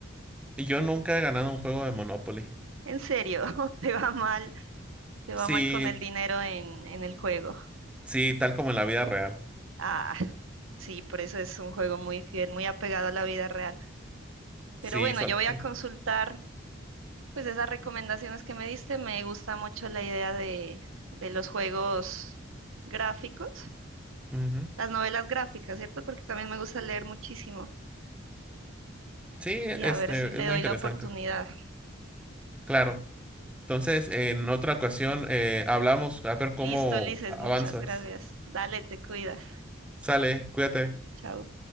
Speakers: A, in the centre; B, on the right.
A: yo nunca he ganado un juego de Monopoly.
B: En serio, <laughs> te va mal, te
A: Sí,
B: va mal con el dinero en, en el juego.
A: sí, tal como en la vida real.
B: Ah, sí, por eso es un juego muy fiel, muy apegado a la vida real. Pero
A: Sí,
B: bueno,
A: solamente.
B: yo voy a consultar Pues esas recomendaciones que me diste, me gusta mucho la idea de, de los juegos gráficos,
A: Ujú.
B: las novelas gráficas, ¿cierto? Porque también me gusta leer muchísimo
A: Sí, este,
B: y a ver si le
A: es muy
B: doy
A: interesante.
B: la oportunidad.
A: Claro. Entonces, en otra ocasión, eh, hablamos a ver cómo
B: Listo, Ulises,
A: avanzas.
B: muchas gracias. Dale, te cuidas.
A: Sale, cuídate.
B: Chao.